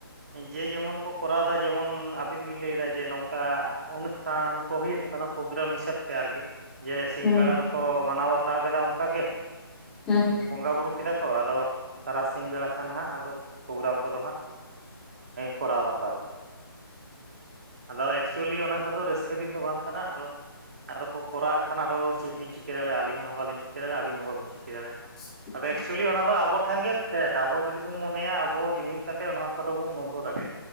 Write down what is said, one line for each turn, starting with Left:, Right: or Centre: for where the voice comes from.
Right: ᱡᱮ ᱡᱮᱢᱚᱱ ᱠᱚ ᱠᱚᱨᱟᱣᱫᱟ ᱡᱮᱢᱚᱱ ᱟᱵᱤᱱ ᱵᱤᱱ ᱞᱟᱹᱭᱫᱟ ᱡᱮ ᱱᱚᱝᱠᱟ ᱴᱱᱟ ᱠᱚ ᱦᱳᱭᱳᱜ ᱠᱟᱱᱟ ᱯᱳᱜᱨᱟᱢ ᱦᱤᱥᱟᱹᱵ ᱛᱮ ᱟᱨᱠᱤ ᱡᱮ ᱥᱤᱧ
Centre: ᱦᱩᱸ
Right: ᱵᱮᱲᱟ ᱫᱚᱠᱚ ᱢᱟᱱᱟᱣ ᱵᱟᱛᱟᱣ ᱠᱮᱫᱟ ᱚᱱᱠᱟᱜᱮ
Centre: ᱦᱩᱸ
Right: ᱵᱚᱸᱜᱟ ᱵᱳᱩᱨᱩ ᱠᱮᱫᱟ ᱠᱚ ᱟᱫᱚ ᱛᱟᱨᱟᱥᱤᱧ ᱵᱮᱲᱟ ᱠᱷᱟᱱ ᱦᱟᱸᱜ ᱟᱫᱚ ᱯᱨᱳᱜᱨᱟᱢ ᱠᱚᱫᱚ ᱦᱟᱸᱜ ᱠᱚᱨᱟᱭ ᱫᱟᱠᱚ ᱟᱨᱠᱤ ᱟᱫᱚ ᱮᱠᱪᱩᱭᱮᱞᱤ ᱚᱱᱟ ᱠᱟ ᱫᱚ ᱨᱟᱹᱥᱠᱟᱹ ᱫᱤᱱ ᱫᱚ ᱵᱟᱝ ᱠᱟᱱᱟ ᱟᱫᱚ ᱟᱫᱚ ᱠᱚ ᱠᱚᱨᱟᱣᱮᱫ ᱠᱷᱟᱱ ᱟᱫᱚ ᱪᱮᱫ ᱵᱤᱱ ᱪᱤᱠᱟᱹ ᱫᱟᱲᱮᱭᱟᱜᱼᱟ ᱟᱹᱞᱤᱧ ᱦᱚᱸ ᱵᱟᱹᱞᱤᱧ ᱪᱤ ᱼᱼ ᱪᱮᱫᱟᱲᱟ ᱟᱵᱤᱱ ᱦᱚᱸ ᱵᱟᱵᱤᱱ ᱪᱤᱠᱟᱹ ᱫᱟᱲᱮᱜᱼᱟ
Centre: <unintelligible>
Right: ᱮᱠᱪᱮᱞᱤ ᱚᱱᱟ ᱫᱚ ᱟᱵᱚ ᱴᱷᱮᱱ ᱜᱮ ᱯᱷᱮᱰ ᱟᱵᱚ ᱡᱩᱫᱤ ᱵᱚᱱ ᱢᱚᱱᱮᱭᱟ ᱟᱵᱚ ᱡᱩᱢᱤᱫ ᱠᱟᱛᱮ ᱱᱚᱣᱟ ᱠᱚᱫᱚ ᱵᱚᱱ ᱵᱚᱱᱫᱚ ᱫᱟᱲᱮᱭᱟᱜᱼᱟ